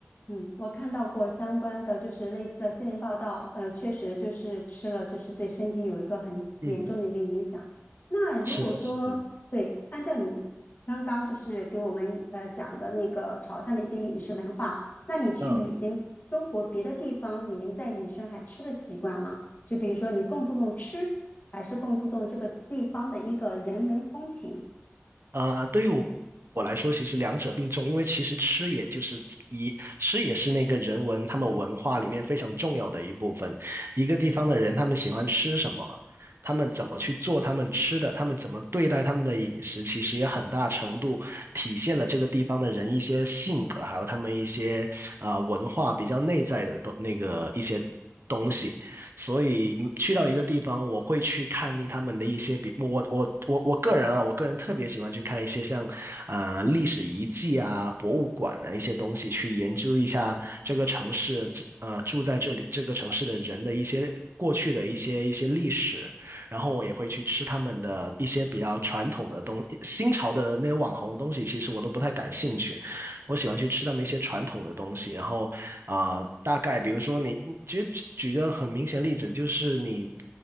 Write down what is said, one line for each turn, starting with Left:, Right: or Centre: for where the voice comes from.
Left: 嗯，我看到过相关的，就是类似的新闻报道，呃，确实就是吃了，就是对身体有一个很严重的一个影响。
Right: 嗯
Left: 那如果说，
Right: 是的，是的，
Left: 对，按照你刚刚就是给我们呃讲的那个潮汕的一些饮食文化，那你去旅行中国别的地方，
Right: 嗯
Left: 你们在饮食上还吃的习惯吗？就比如说你更注重吃，还是更注重这个地方的一个人文风情？
Right: 啊、对于我我来说，其实两者并重，因为其实吃也就是一吃也是那个人文他们文化里面非常重要的一部分。一个地方的人，他们喜欢吃什么，他们怎么去做他们吃的，他们怎么对待他们的饮食，其实也很大程度体现了这个地方的人一些性格，还有他们一些啊、文化比较内在的东那个一些。东西。所以嗯去到一个地方，我会去看一他们的一些比我我我我个人啊，我个人特别喜欢去看一些像啊、呃历史遗迹啊、博物馆啊一些东西，去研究一下这个城市呃住在这里这个城市的人的一些过去的一些一些历史，然后我也会去吃他们的一些比较传统的东新潮的那些网红东西，其实我都不太感兴趣。我喜欢去吃他们一些传统的东西，然后啊、呃大概比如说你，其实举举个很明显的例子，就是你